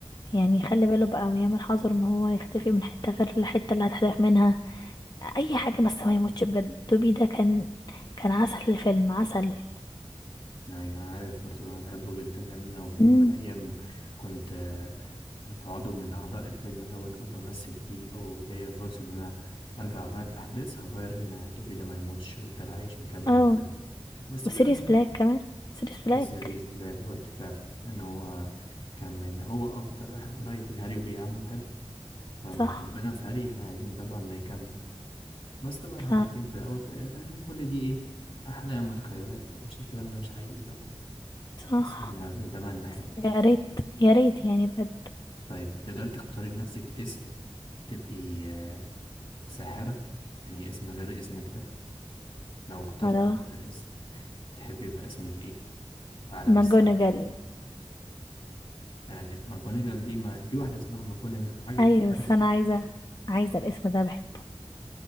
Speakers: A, on the left; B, on the left.
A: يعني يخلي باله بقى ويعمل حذر ان هو يختفي من حتة غير الحتة اللي هتحذف منها اي حاجة بس ما يموتش بجد دوبي ده كان كان عسل الفيلم عسل
B: ايوه انا عارف برضه انا بحبه جدا يعني انا لو في
A: امم
B: يوم من الايام كنت آه، في عضو من اعضاء الفيلم دوت او بمثل فيه او ليا فرصه ان انا ارجع اغير الاحداث هغير ان توبي ده ما يموتش ويفضل عايش مكمل
A: اه
B: الفيلم بس
A: وسيريس
B: في الاول
A: بلاك كمان سيريس بلاك
B: وسيريوس بلاك برضو فعلا ان هو كان من هو اكتر واحد قريب لهاري وبيعامله حلو فمن
A: صح
B: حبنا في هاري احنا عايزين طبعا ده يكمل بس طبعا احنا
A: ف
B: عارفين في الاول في الاخر ان كل دي ايه احلام وتخيلات مش الكلام ده مش حقيقي طبعا
A: صح
B: بس احنا بنتمنى يعني
A: يا ريت يا ريت يعني بجد
B: طيب تقدري تختاري لنفسك اسم تبقي آه، ساحرة يعني اسم غير اسمك ده لو اخترتي
A: هلا
B: مثلا اسم تحبي يبقى اسمك ايه في عالم
A: ماجونجل
B: السحر يعني ماكونيجال دي ما في واحدة اسمها ماكونيجال حاجة
A: ايوه
B: مختلفة
A: بس انا عايزة عايزة الاسم ده بحبه